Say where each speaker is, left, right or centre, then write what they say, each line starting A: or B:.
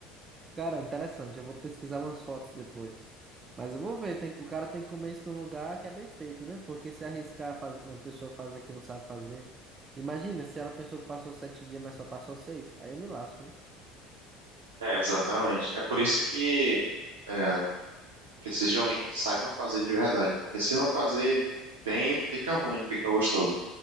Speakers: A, on the right; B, on the right.
A: Cara, interessante. Eu vou pesquisar umas fotos depois. Mas eu vou ver, tem que- o cara tem que comer isso num lugar que é bem feito, né? Porque se arriscar faz, uma pessoa fazer que não sabe fazer. Imagina se ela pensou que passou sete dias, mas só passou seis. Aí eu me lasco, né?
B: É, exatamente. É por isso que é, Precisa de alguém que saiba fazer de verdade. Porque se não fazer bem, fica ruim, não fica gostoso.